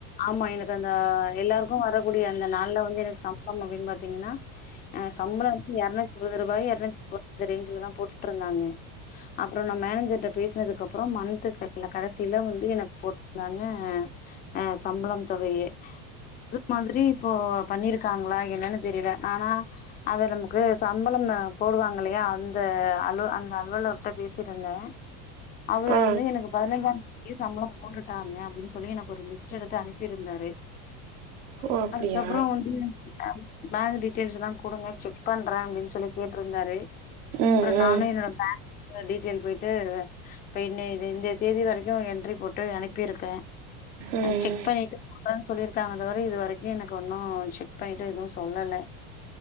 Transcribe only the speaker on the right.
ஆ
ஓ அப்டியா
ம்
ம்
ம்